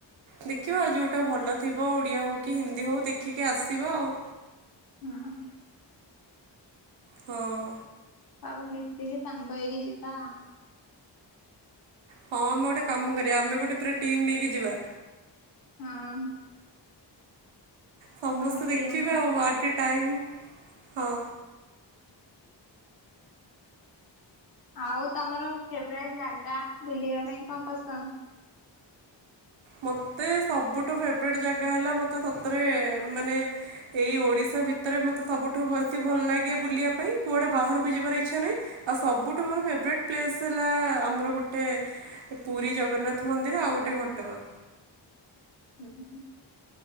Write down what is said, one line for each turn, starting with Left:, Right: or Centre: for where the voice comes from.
Right: ଦେଖିବା ଯୋ ଟା ଭଲ ଥିବ ଓଡ଼ିଆ ହେଉ କି ହିନ୍ଦୀ ହଉ ଦେଖିକି ଆସିବ ଆଉ।
Left: ହୁଁ।
Right: ହଁ।
Left: ଆଉ ମିଶିକି ସାଙ୍ଗ ହେଇକି ଯିଵା।
Right: ହଁ ଆମେ ଗୋଟେ କାମ କରିବା, ଆମେ ଗୋଟେ ପୁରା ଟିମ୍ ନେଇକି ଯିବା।
Left: ହଁ।
Right: ସମସ୍ତେ
Left: ଆମ
Right: ଦେଖିବେ
Left: ଟିମ୍ ପୁରା
Right: ଆଉ ଆଟେ ଟାଇମ୍, ହଁ।
Left: ଆଉ ତମର ଫେବରାଇଟ୍ ଜାଗା, ବୁଲିବା ପାଇଁ କଣ ପସନ୍ଦ?
Right: ମତେ ସବୁଠୁ ଫେବରେଟ୍ ଜାଗା ହେଲା, ମତେ ସତରେ ମାନେ ଏଇ ଓଡିଶା ଭିତରେ, ମତେ ସବୁଠୁ ବେଶୀ ଭଲ ଲାଗେ ବୁଲିବା ପାଇଁ, କୁଆଡେ ବାହାରକୁ ଯିବାର ଇଚ୍ଛା ନାହିଁ। ଆଉ ସବୁଠୁ ମୋର ଫେବରେଟ୍ ପ୍ଲେସ୍ ହେଲା, ଆମର ଗୋଟେ ଏ ପୁରୀ ଜଗନ୍ନାଥ ମନ୍ଦିର ଆଉ ଗୋଟେ ଘଟଗାଁ।
Left: ହୁଁ-ହୁଁ-ହୁଁ।